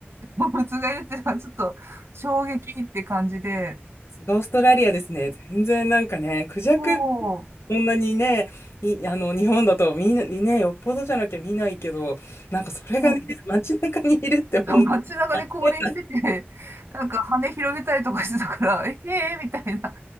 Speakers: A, on the right (about 70°); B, on the left (about 75°).
A: 動物がいるっていうのはちょっと衝撃って感じで、
B: さすオーストラリアですね。全然なんかね、クジャク、
A: そう、
B: こんなにね、い、あの、日本だとみんなにね、よっぽどじゃなきゃ見ないけど、なんかそれがね、
A: そう
B: 街中にいるってもうね、
A: <laughs> 街中で降臨してて、
B: あり
A: なんか羽広げたりとかしてたから、<laughs> えへえみたいな